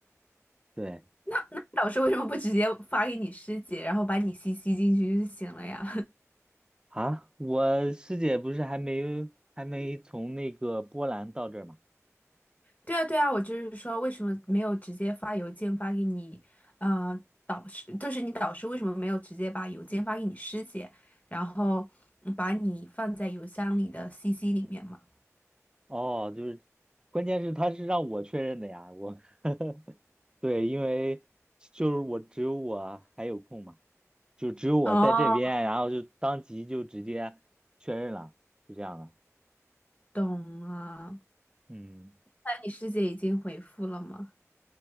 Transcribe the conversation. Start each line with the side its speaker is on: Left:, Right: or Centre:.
Right: 对
Left: 那那导师为什么不直接发给你师姐，然后把你 CC 进去就行了呀？
Right: 啊，我师姐不是还没还没从那个波兰到这儿吗？
Left: 对啊，对啊，我就是说，为什么没有直接发邮件发给你，呃，导师，就是你导师为什么没有直接把邮件发给你师姐，然后嗯把你放在邮箱里的 CC 里面嘛？
Right: 哦，就是，关键是他是让我确认的呀，我 <laughs> 对，因为就是我只有我还有空嘛，就只有我在这边，
Left: 哦，
Right: 然后就当即就直接确认了，就这样了，
Left: 懂了。
Right: 嗯。
Left: 那你师姐已经回复了吗？